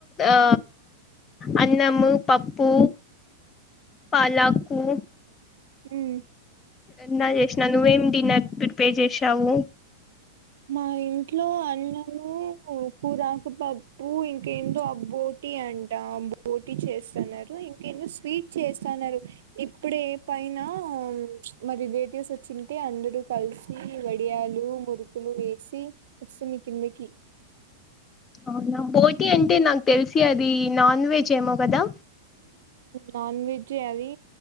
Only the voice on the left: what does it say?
ఆ అన్నము పప్పు పాలకు
ఎన్నా చేసినా నువ్వేం డిన్నర్ ప్రిపేర్ చేసావు
అవునా బోటి అంటే నాకు తెలిసి అది నాన్ వెజ్ ఏమో కదా